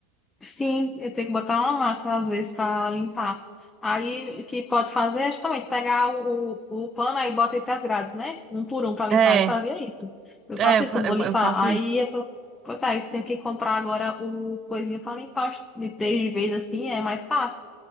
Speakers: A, on the left; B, on the right.
A: Sim, eu tenho que botar uma máscara às vezes para limpar. Aí, o que pode fazer é justamente pegar o, o, o pano aí bota entre as grades, né? Um por um para limpar.
B: É,
A: Eu fazia isso. Eu
B: é,
A: faço
B: eu,
A: isso
B: fa-
A: quando
B: eu
A: vou limpar.
B: fa- eu faço
A: Aí
B: isso.
A: eu tô. Pois aí, tenho que comprar agora o coisinha para limpar os- de três de vez assim, é mais fácil.